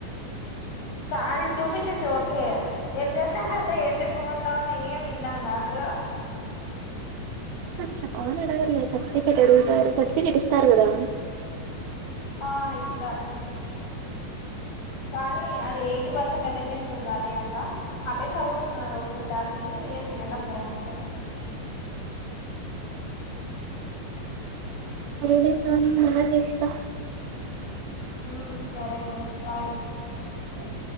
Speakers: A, on the left (about 60°); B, on the right (about 70°).
A: అది చూపించచ్చు ఓకే ఏం చెప్పారంటే ఏం చెప్పమంట నేని వింటాం అసలు
B: చెప్పని అవును అడగరు సర్టిఫికేట్ అడుగుతారు సర్టిఫికేట్ ఇస్తారు కదా
A: ఆ ఇస్తారు కానీ అది ఎయిటీ పర్సెంట్ అటెండెన్స్ ఉండాలి అంట అటెండ్ అవుతున్న రోజు క్లాస్ ఏ ఏం వినడం లేదంట
B: సరే సోనీ మల్లి చేస్తా
A: ఉ సరే బాయ్
B: ఏ